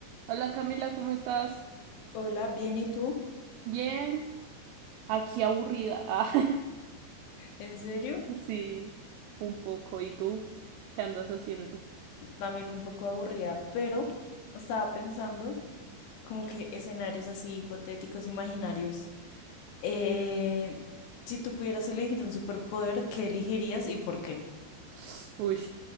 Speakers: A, on the right; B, on the left.
A: Hola Camila, ¿cómo estás?
B: Hola, bien, ¿y tú?
A: Bien, aquí aburrida. Ah, <laughs>
B: En serio,
A: sí, un poco. ¿Y tú? ¿Qué andas haciendo?
B: también un poco aburrida, pero estaba pensando como que escenarios así hipotéticos, imaginarios. Eh, si tú pudieras elegir un superpoder, ¿qué elegirías y por qué?
A: <sniffs> Uy,